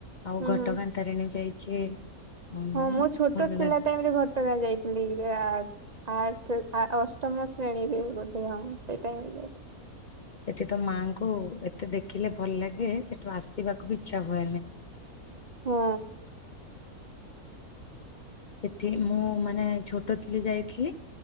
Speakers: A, on the left; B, on the right.
A: ଆଉ
B: ହୁଁ
A: ଘଟଗାଁ
B: ହୁଁ
A: ତାରିଣୀ ଯାଇଛି। ଉଁ
B: ହଁ ମୁଁ ଛୋଟ
A: ଭଲ
B: ଥିଲା
A: ଲାଗେ
B: ଟାଇମ ରେ ଘଟଗାଁ ଯାଇଥିଲି। ୟାର ଆଠ ଅଷ୍ଟମ ଶ୍ରେଣୀରେ ବୋଧେ ହଁ ସେଇଟାଇମରେ ଯାଇଥିଲି।
A: ଏଠି ତ ମାଙ୍କୁ ଏତେ ଦେଖିଲେ ଭଲ ଲାଗେ, ସେଠୁ ଆସିବାକୁ ବି ଇଚ୍ଛା ହୁଏନି।
B: ହଁ
A: ସେଠି ମୁଁ ମାନେ ଛୋଟ ଥିଲି ଯାଇଥିଲି